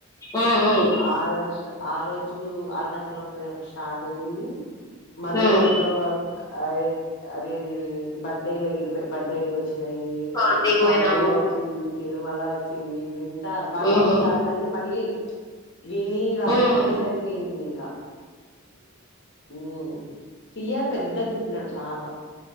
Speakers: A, on the left (about 20°); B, on the left (about 55°).
A: ఉమ్ ఉమ్
B: ఆ రజష్ట ఆ రోజు ఆరునా చలం పోయినప్పుడు స్టార్ట్ అయియంది మొలో
A: ఉమ్
B: మొదలో అయి ఆ అదే ది బడ్డైలయి బడ్డైలు వచ్చ వచ్చినాయి
A: పాండీకి పోయినాము
B: పాడుగ వచ్చింది తిరుమల వచ్చింది వాడవన్నీ
A: ఉమ్
B: క్లాసులు అన్నీ మళ్ళీ విని రాసినవే
A: ఉమ్
B: సరిపోయింది ఇంకా ఉమ్ స పెద్ద గతున చాలా